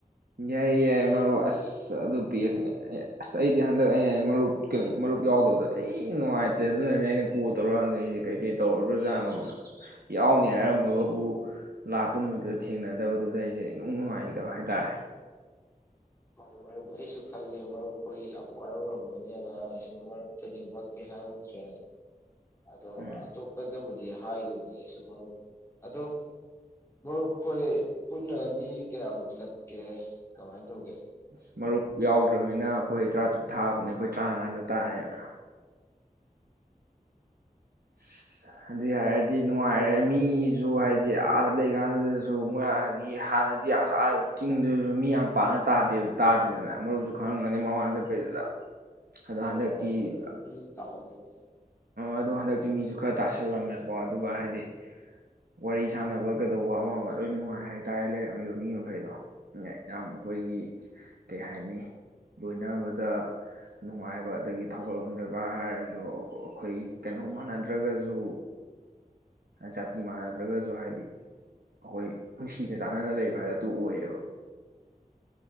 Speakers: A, on the right; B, on the left.
A: ꯌꯥꯏ ꯌꯥꯏ ꯃꯔꯨꯞ ꯑꯁ ꯑꯗꯨ ꯄꯁꯅꯦ ꯑꯁ ꯑꯩꯗꯤ ꯍꯟꯗꯛ ꯑꯩꯅ ꯃꯔꯨꯞ ꯃꯔꯨꯞ ꯌꯥꯎꯗꯕꯗ ꯊꯤ ꯅꯨꯡꯉꯥꯏꯇ꯭ꯔꯦ ꯑꯗꯨꯅꯅꯦ ꯑꯩꯅ ꯀꯣꯜ ꯇꯧꯔ ꯍꯪꯉꯛꯏꯁꯦ ꯀꯩꯀꯩ ꯇꯧꯔꯛꯕ꯭ꯔꯣꯖꯥꯠꯅꯣꯅ ꯌꯥꯎꯅꯤ ꯍꯥꯏꯔꯝꯃꯒꯕꯨ ꯂꯥꯛꯄ ꯅꯨꯃꯤꯠꯇꯨꯗ ꯊꯦꯡꯅꯗꯕꯗꯨꯗ ꯑꯩꯁꯦ ꯏꯅꯨꯡ ꯅꯨꯡꯉꯥꯏꯈꯤꯗꯕ ꯍꯥꯏꯇꯥꯔꯦ
B: ꯍ ꯃꯔꯨꯞ ꯑꯩꯁꯨ ꯈꯜꯂꯦ ꯃꯔꯨꯞꯈꯣꯏ ꯌꯥꯝ ꯋꯥꯔꯧꯔꯝꯕꯅꯤꯅ ꯑꯩꯁꯨ ꯃꯔꯨꯞꯇꯗꯤꯃꯛꯇꯤ ꯍꯥꯏꯍꯧꯗ꯭ꯔꯦ ꯍꯥꯏ ꯑꯗꯣ
A: ꯎꯝ
B: ꯑꯆꯣꯠꯄꯗ ꯑꯣꯏꯗꯤ ꯗꯤ ꯍꯥꯏꯈꯤꯕꯅꯦ ꯑꯩꯁꯨ ꯃꯔꯨꯞ ꯑꯗꯣ ꯃꯔꯨꯞ ꯑꯩꯈꯣꯏ ꯄꯨꯟꯅ ꯃꯤ ꯀꯌꯥꯃꯨꯛ ꯆꯠꯀꯦ ꯀꯃꯥꯏꯅ ꯇꯧꯒꯦ
A: ꯑꯁ ꯃꯔꯨꯞ ꯌꯥꯎꯗ꯭ꯔꯃꯤꯅ ꯑꯩꯈꯣꯏ ꯇꯔꯥꯇꯔꯨꯛ ꯊꯥꯕꯅꯦ ꯑꯩꯈꯣꯏ ꯇꯔꯥꯃꯉꯥꯟꯗ ꯇꯥꯔꯦꯅ ꯑꯁ ꯑꯗꯨꯢ ꯍꯥꯏꯔꯗꯤ ꯅꯨꯡꯉꯥꯏꯔꯦ ꯃꯤꯁꯨ ꯍꯥꯏꯗꯤ ꯑꯥꯗ ꯂꯩꯀꯥꯟꯗꯨꯗꯁꯨ ꯃꯣꯏꯒꯤ ꯍꯥꯟꯅꯗꯤ ꯑꯁ ꯑꯥ ꯆꯤꯡꯗꯨꯁꯨ ꯃꯤ ꯌꯥꯝ ꯄꯥꯛꯅ ꯇꯥꯗꯦ ꯇꯥꯗꯦꯗꯅ ꯃꯔꯨꯞꯁꯨ ꯈꯪꯉꯝꯒꯅꯤ ꯃꯃꯥꯡ ꯆꯠꯄꯩꯗꯨꯗ ꯑꯗꯣ
B: ꯈꯡꯏ
A: ꯍꯟꯗꯛꯇꯤ
B: ꯈꯡꯏ ꯃꯤ ꯇꯥꯍꯧꯗꯝꯅꯤ
A: ꯑꯗꯣ ꯍꯟꯗꯛꯇꯤ ꯃꯤꯁꯨ ꯈꯔ ꯇꯥꯁꯜꯂꯝꯃꯦꯀꯣ ꯑꯗꯨꯒ ꯍꯥꯏꯗꯤ ꯋꯥꯔꯤ ꯁꯥꯟꯅꯕ ꯀꯩꯗꯧꯕ ꯑꯃ ꯑꯃ ꯂꯣꯏ ꯅꯨꯡꯉꯥꯏ ꯍꯥꯏꯇꯥꯔꯦ ꯂꯩꯔꯝꯃꯤꯕ ꯃꯤ ꯃꯈꯩꯗꯣ ꯌꯥꯝ ꯑꯩꯈꯣꯏꯒꯤ ꯀꯩ ꯍꯥꯏꯅꯤ ꯂꯣꯏꯅꯕꯗ ꯅꯨꯡꯉꯥꯏꯕ ꯑꯗꯒꯤ ꯊꯧꯒꯜꯂꯣꯟ ꯕꯦꯕꯥꯔ ꯍꯥꯏꯔꯁꯨ ꯑꯩꯈꯣꯏ ꯀꯩꯅꯣ ꯃꯥꯟꯅꯗ꯭ꯔꯒꯁꯨ ꯖꯥꯇꯤ ꯃꯥꯟꯅꯗ꯭ꯔꯒꯁꯨ ꯍꯥꯏꯗꯤ ꯑꯩꯈꯣꯏ ꯅꯨꯡꯁꯤꯅ ꯆꯥꯟꯅꯅ ꯂꯩꯕ ꯍꯥꯏꯗ ꯑꯗꯨ ꯑꯣꯏꯌꯦꯕ